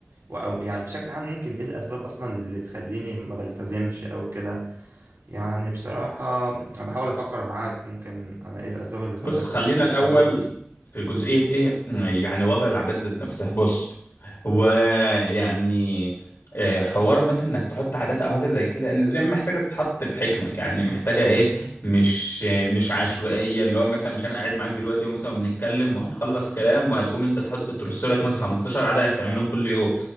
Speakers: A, on the right (about 80°); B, on the left (about 75°).
A: و- أو يعني بشكل عام ممكن إيه الأسباب أصلا اللي تخليني ما بلتزمش أو كده يعني بصراحة أنا بحاول أفكر معاك ممكن أنا إيه الأسباب اللي خلتني
B: بص خلينا
A: مش بلتزم
B: الأول في جزئية إيه يعني وضع العادات ذات نفسها بص هو يعني آه، حوار مثلا انك تحط عادات او حاجه زي كده نسبيا محتاجه تتحط بحكمه يعني محتاجه ايه مش آه، مش عشوائيه اللي هو مثلا مش انا قاعد معاك دلوقتي ومثلا بنتكلم وهنخلص كلام وهتقوم انت تحط ترص لك مثلا 15 عاده عايز تعملهم كل يوم